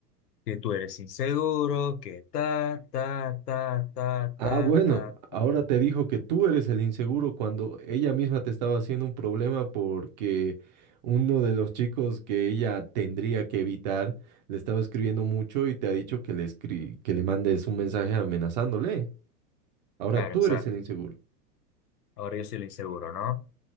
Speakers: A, on the left (about 70°); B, on the right (about 30°).
A: que tú eres inseguro, que ta, ta, ta, ta,
B: Ah,
A: ta,
B: bueno,
A: ta.
B: ahora te dijo que tú eres el inseguro cuando ella misma te estaba haciendo un problema porque uno de los chicos que ella tendría que evitar le estaba escribiendo mucho y te ha dicho que le escri- que le mandes un mensaje amenazándole. Ahora
A: Claro,
B: tú
A: exacto.
B: eres el inseguro.
A: Ahora yo soy el inseguro, ¿no?